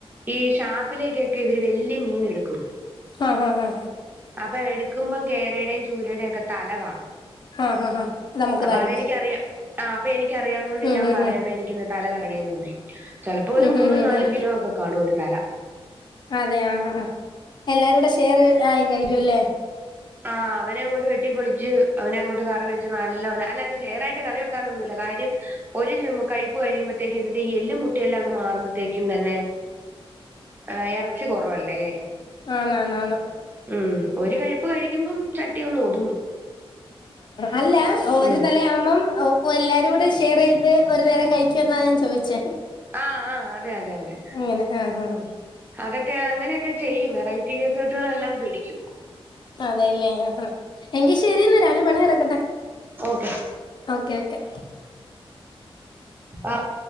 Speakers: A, on the right; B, on the left.
A: ഈ ഷാപ്പിലേക്കൊക്കെ ഇവര് വലിയ മീൻ എടുക്കും.
B: ആഹ്, ഹാ, ഹാ.
A: അപ്പൊ എടുക്കുമ്പോം കേരയുടെയും ചൂരയുടെക്കെ. തല കാണും
B: ആഹ് ആഹ് ആഹ് അത് നമുക്ക്
A: അപ്പ
B: തരും
A: അതെനിക്കറിയാം. ആ അപ്പൊ എനിക്കറിയാവുന്നോണ്ട്
B: ഉം
A: ഞാൻ
B: ഉം ഉം
A: പറയാണ് എനിക്ക്ന്ന് തലതരണേന്ന് പറയും. ചെലപ്പോ ഒരു
B: ഉം ഉം
A: മൂന്ന്
B: ഉം
A: നാല്
B: ഉം
A: കിലോക്കെ കാണും ഒരു തല.
B: അതെ ആഹ് ഹ, ഹ എല്ലാരുടെ ഷെയർ ആയി കഴിക്കുംല്ലേ.
A: ആഹ് അവനെ അങ്ങോട്ട് വെട്ടിപ്പൊളിച്ച് അവനെ അങ്ങോട്ട് കറി വെച്ച് നല്ല പോലെ അല്ല അത് ഷെയറായിട്ട് കറി വെക്കാനൊന്നുല്ല കാര്യം. ഒരു കഴിപ്പ് കഴിയ്മ്പഴ്ത്തേക്കും ഇതിന്റെ ഈ എല്ലും മുട്ടെയും എല്ലാം അങ്ങ് മാറുമ്പഴത്തേക്കും തന്നെ. ഏഹ് എറച്ചി കുറവല്ലേ.
B: ആന്ന് ആന്ന് ആന്ന്
A: ഉം ഒരു കഴിപ്പ് കഴിക്കുമ്പം ചട്ടിയൊന്ന് ഒതുങ്ങും.
B: അല്ല ഒരു
A: ഉം
B: തലയാവുമ്പം. ഓഹ് എല്ലാരുടെ ഷെയറേയ്ത് ഒരു നേരം കഴിക്കോന്നാ ഞാൻ ചോദിച്ചേ.
A: ആഹ്, ആഹ് അതെ, അതെ, അതെ.
B: അങ്ങനെ ആഹ് ആഹ്
A: അതൊക്കെ അങ്ങനെയൊക്കെ ചെയ്യും വെറൈറ്റി റിസേർട്ടുകളെല്ലാം പിടിക്കും.
B: അതെയല്ലേ ആഹ് എങ്കി ശരിയന്ന രാവിലെ പണി നടക്കട്ടെ.
A: Okay
B: okay, okay.
A: ആഹ്